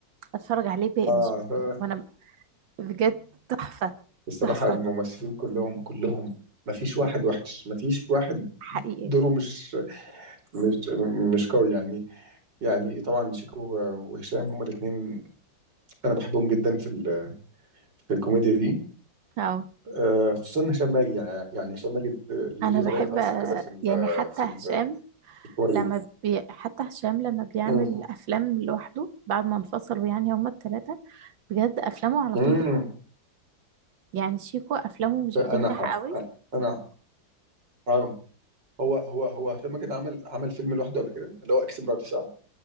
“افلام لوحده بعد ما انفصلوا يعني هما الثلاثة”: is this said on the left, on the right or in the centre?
Right